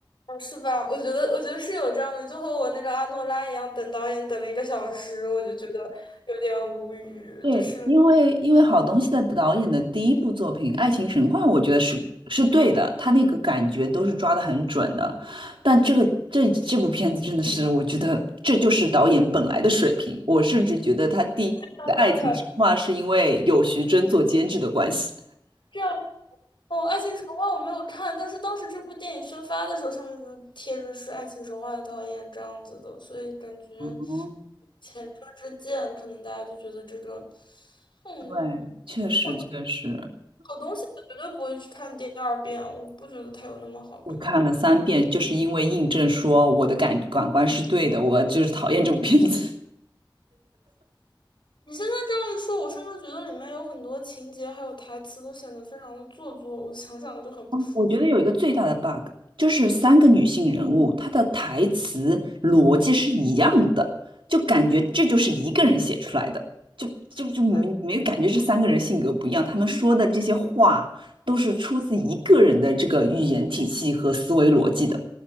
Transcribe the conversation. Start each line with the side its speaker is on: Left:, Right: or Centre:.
Left: 哦，是吧？我觉得，我觉得是有这样的，就和我那个阿诺拉一样，等导演等了一个小时，我就觉得有点无语。
Right: 对，
Left: 就是
Right: 因为因为好东西的导演的第一部作品《爱情神话》，我觉得是是对的，他那个感觉都是抓得很准的。但这个这这部片子真的是，我觉得这就是导演本来的水平。我甚至觉得他第一部的《爱情神话》是因为有徐峥做监制的关系。
Left: 原吧，这样哦，《爱情神话》我没有看，但是当时这部电影宣发的时候，上面就贴着是《爱情神话》的导演这样子的，所以感觉
Right: 哦，
Left: 前车之鉴，可能大家就觉得这个，嗯，
Right: 对，确实确实，
Left: 我好东西我绝对不会去看第二遍，我不觉得它有那么好看。
Right: 我看了三遍，就是因为印证说我的感感官是对的，我就是讨厌这部片子。
Left: 你现在这样一说，我甚至觉得里面有很多情节还有台词都显得非常的做作，我想想就很不舒服。
Right: 我觉得有一个最大的 bug，就是三个女性人物，她的台词逻辑是一样的，就感觉这就是一个人写出来的，就就就没没有感觉这三个人性格不一样，
Left: 嗯，
Right: 他们说的这些话都是出自一个人的这个语言体系和思维逻辑的，